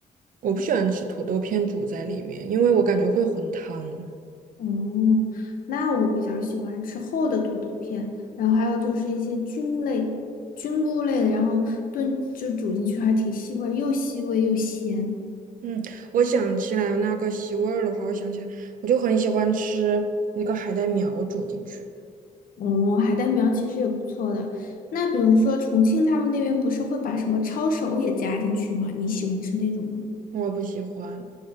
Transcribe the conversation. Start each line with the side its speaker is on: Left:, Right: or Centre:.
Right: 我不喜欢吃土豆片煮在里面，因为我感觉会混汤。
Left: 哦，那我比较喜欢吃厚的土豆片，然后还有就是一些菌类、菌菇类的，然后炖就煮进去还挺吸味，又吸味又咸。
Right: 嗯，我想起来那个吸味儿的话，我想起来，我就很喜欢吃那个海带苗煮进去，
Left: 哦，海带苗其实也不错的。那比如说重庆他们那边不是会把什么抄手也加进去吗？你喜欢吃那种吗？
Right: 我不喜欢。